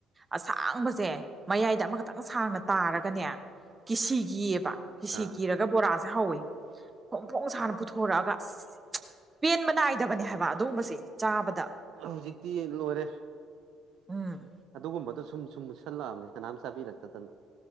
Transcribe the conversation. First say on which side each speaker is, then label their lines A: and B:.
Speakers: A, on the right (about 25°); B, on the right (about 60°).
A: ꯑꯁꯥꯡꯕꯁꯦ ꯃꯌꯥꯏꯗ ꯑꯃꯈꯛꯇꯪ ꯁꯥꯡꯅ ꯇꯥꯔꯒꯅꯦ ꯀꯤꯁꯤꯒꯤꯑꯕ ꯍꯤꯁꯤ
B: ꯑꯥ
A: ꯀꯤꯔꯒ ꯕꯣꯔꯥꯁꯦ ꯍꯧꯋꯤ ꯈꯣꯡ ꯐꯣꯡ ꯁꯥꯥꯅ ꯄꯨꯊꯣꯔꯛꯑꯒ ꯄꯦꯟꯕ ꯅꯥꯏꯗꯕꯅꯦ ꯍꯥꯏꯕ ꯑꯗꯨꯒꯨꯝꯕꯁꯦ ꯆꯥꯕꯗ
B: ꯍꯧꯖꯤꯛꯇꯤ ꯂꯣꯏꯔꯦ
A: ꯎꯝ
B: ꯑꯗꯨꯒꯨꯝꯕꯗꯣ ꯁꯨꯝ ꯁꯨꯝ ꯃꯨꯠꯁꯜꯂꯛꯑꯕꯅꯦ ꯀꯅꯥꯝ ꯆꯥꯕꯤꯔꯛꯇꯗꯅꯣ